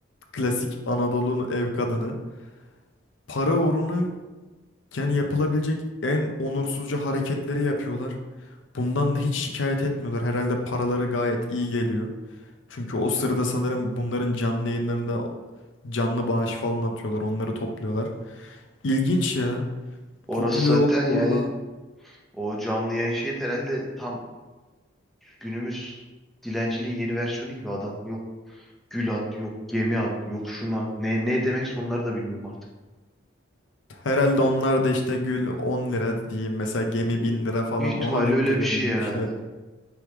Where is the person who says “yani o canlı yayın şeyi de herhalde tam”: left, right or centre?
Centre